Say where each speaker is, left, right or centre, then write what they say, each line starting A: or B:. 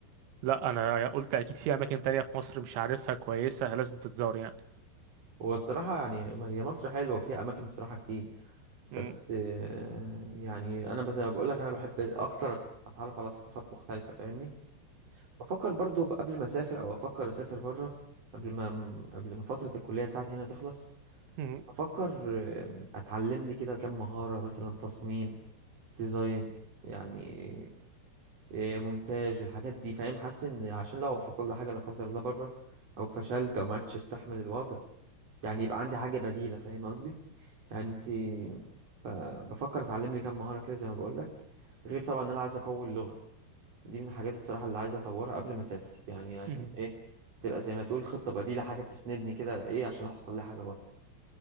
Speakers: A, on the right; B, on the right.
A: لأ أنا قلت أكيد في أماكن تانية في مصر مش عارفها كويسة لازم تتزار يعني
B: هو الصراحة يعني ما هي مصر حلوة وفيها أماكن الصراحة كتير
A: م-
B: بس آه، يعني أنا بس بقول لك أنا بحب أكتر أتعرف على ثقافات مختلفة فاهمني؟ بفكر برضو قبل ما أسافر أو أفكر أسافر بره قبل ما قبل ما فترة الكلية بتاعتي هنا تخلص
A: م-
B: افكر آه، اتعلم لي كده كام مهارة مثلا تصميم ديزاين يعني آه، مونتاج الحاجات دي فاهم حاسس ان عشان لو حصل لي حاجة لا قدر الله بره او فشلت او ما عرفتش استحمل الوضع يعني يبقى عندي حاجة بديلة فاهم قصدي يعني انت فبفكر اتعلم لي كام مهارة كده زي ما بقول لك غير طبعا ان انا عايز اقوي اللغة دي من الحاجات الصراحة اللي عايز اطورها قبل ما اسافر يعني عشان
A: مهم.
B: ايه تبقى زي ما تقول خطة بديلة حاجة تسندني كده ايه عشان لو حصل لي حاجة بره